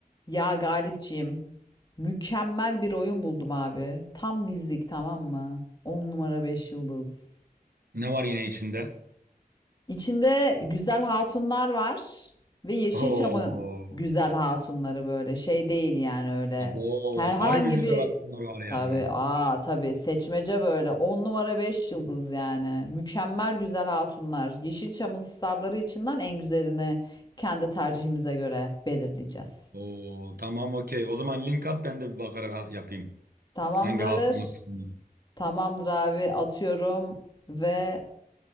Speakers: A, on the left; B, on the right.
A: Ya Galipciğim, mükemmel bir oyun buldum abi. Tam bizlik tamam mı? 10 numara 5 yıldız.
B: Ne var yine içinde?
A: İçinde güzel hatunlar var ve Yeşilçam'ın
B: Oo.
A: güzel hatunları böyle şey değil yani öyle.
B: Abo.
A: Herhangi
B: Harbi güzel
A: bir
B: altınlar var
A: tabii
B: yani.
A: aa tabii seçmece böyle 10 numara 5 yıldız yani. Mükemmel güzel hatunlar. Yeşilçam'ın starları içinden en güzelini kendi tercihimize göre belirleyeceğiz.
B: Oo. Tamam okey. O zaman link at ben de bir bakarak ha- yapayım.
A: Tamamdır.
B: Hangi hatunlar şunlar?
A: Tamamdır abi atıyorum ve